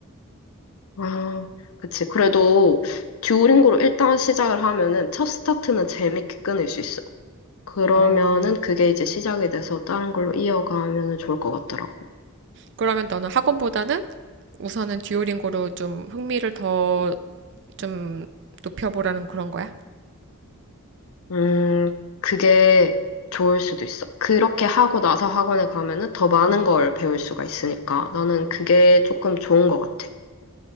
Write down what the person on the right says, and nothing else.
어,
그러면 너는 학원보다는 우선은 듀오링고로 좀 흥미를 더 좀 높여보라는 그런 거야?